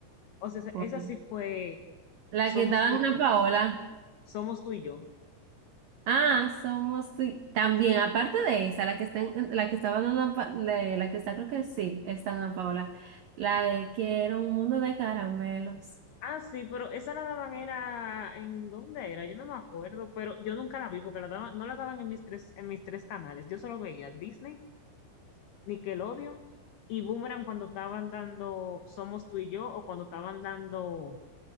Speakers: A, on the left (about 70°); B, on the right (about 75°).
A: O sea, esa esa
B: joder.
A: sí fue
B: La
A: Somos
B: que estaba
A: tú
B: en
A: y
B: Ana
A: yo.
B: Paola.
A: Somos tú y yo.
B: Ah, somos sí. También, aparte de esa, la que está en- la que estaba en Ana Pa- de- la que está, creo que sí, está en Ana Paola. La de Quiero un mundo de caramelos.
A: Ah, sí, pero esa la daban era, ¿en dónde era? Yo no me acuerdo, pero yo nunca la vi porque la daban, no la daban en mis tres, en mis tres canales. Yo solo veía Disney, Nickelodeon y Boomerang cuando estaban dando Somos tú y yo o cuando estaban dando,